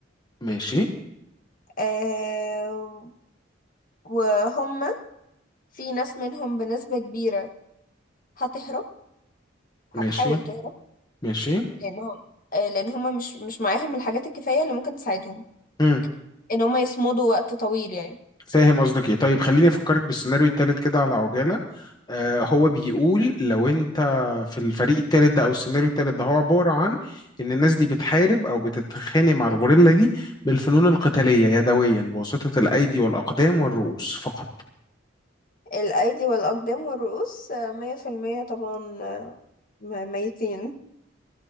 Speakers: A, on the left (about 20°); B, on the left (about 45°).
A: ماشي
B: آه وهم في ناس منهم بنسبة كبيرة هتهرب هتحاول
A: ماشي
B: تهرب
A: ماشي
B: لانهم آه لان هم مش مش معاهم الحاجات الكفاية اللي ممكن تساعدهم
A: مم.
B: ان هم يصمدوا وقت طويل يعني
A: فاهم قصدك ايه طيب خليني افكرك بالسيناريو التالت كده على عجالة آه، هو بيقول لو انت في الفريق التالت ده او السيناريو التالت ده هو عبارة عن ان الناس دي بتحارب او بتتخانق مع الغوريلا دي بالفنون القتالية يدويا بواسطة الايدي والاقدام والرؤوس فقط
B: الايدي والاقدام والرؤوس آه، مية في المية طبعا آه، م- ميتين